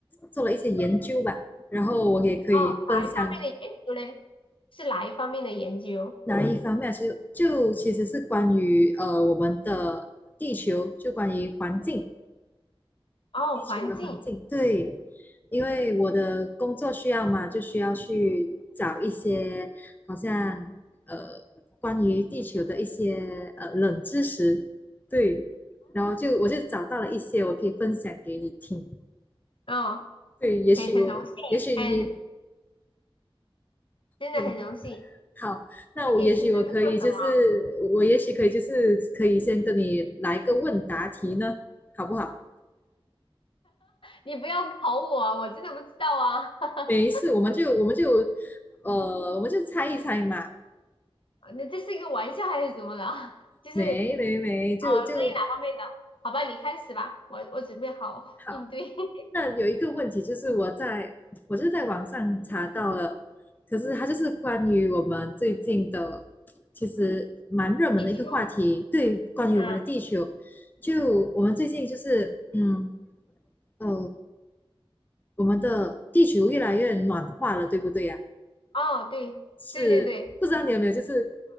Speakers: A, on the left; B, on the left.
A: 做了一些研究吧，然后我也可以分享
B: 哦，哪一方面的研究嘞？是哪一方面的研究？
A: 哪一方面啊，其实就其实是关于呃我们的地球，就关于环境，
B: 哦，
A: 地球的环境，
B: 环境。
A: 对，因为我的工作需要嘛，就需要去找一些好像呃关于地球的一些呃冷知识，对。然后就我就找到了一些我可以分享给你听。
B: 哦，
A: 对，也许我，
B: 很很荣幸，
A: 也许你，
B: 很真的很荣幸。
A: 嗯，好，那我也许我可以，
B: 具体是在做什么？
A: 就是我也许可以，就是可以先跟你来个问答题呢，好不好？
B: 你不要考我啊我真的不知道啊。<laughs>
A: 没事，我们就我们就，呃，我们就猜一猜嘛，
B: 那这是一个玩笑还是怎么了？<laughs> 就是
A: 没没没，就就
B: 啊，关于哪方面的？好吧，你开始吧，我我准备好应对
A: 好。
B: <laughs>
A: 那有一个问题就是我在我就是在网上查到了，可是它就是关于我们最近的，其实蛮热门的一个话题，
B: 地球。
A: 对，关于我们的地球。
B: 嗯。
A: 就我们最近就是，嗯，呃，我们的地球越来越暖化了，对不对呀？
B: 哦，对对对对，
A: 是，不知道你有没有就是